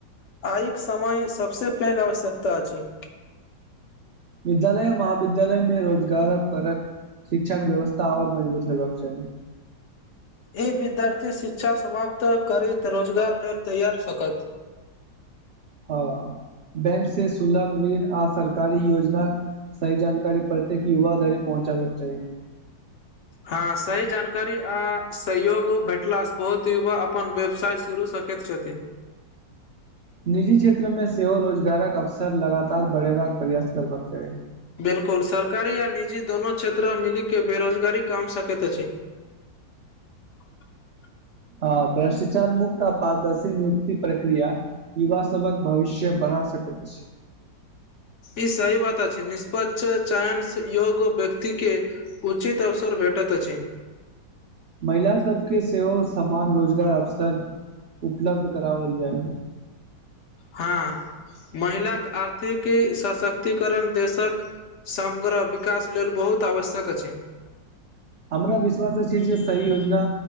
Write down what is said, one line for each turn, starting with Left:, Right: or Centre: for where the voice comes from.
Left: आइक समय सभसे पैघ आवश्यकता अछि
Right: विद्यालय आ महाविद्यालय मे रोजगारक परख शिक्षाके व्यवस्था और मजबूत होयबाक चाही
Left: एहि विद्यार्थी शिक्षा समाप्त करैत रोजगार लेल तैयार सकत
Right: हँ बैंक से सुलभ ऋण आ सरकारी योजना सही जानकारी प्रतेक युवाधरि पहुँचाबैके चाही
Left: हँ सही जानकारी आ सहयोग भेटला से बहुत युवा अपन व्यवसाय शुरु सकैत छथि
Right: निजी क्षेत्र मे सेहो रोजगारक अवसर लगातार बढ़ेबाक प्रयास करबाक चाही
Left: बिलकुल सरकारी आ निजी दोनो क्षेत्र मिलीकेँ बेरोजगारी कम सकैत अछि <inaudible>
Right: हँ भ्रष्टाचार मुक्त आ पारदर्शी नियुक्त्ति प्रक्रिया युवा सभक भविष्य बढ़ा सकैत अछि
Left: ई सही बात अछि निष्पक्ष चयन योग्य व्यक्ति केँ उचित अवसर भेटैत अछि
Right: महिला सभ केँ सेहो समान रोजगार अवसर उपलब्ध कराओल जाय
Left: हँ महिलाक आर्थिकी सशक्तिकरण देशक समग्र विकास लेल बहुत आवश्यक अछि।
Right: हमरा विश्वास अछि जे सही योजना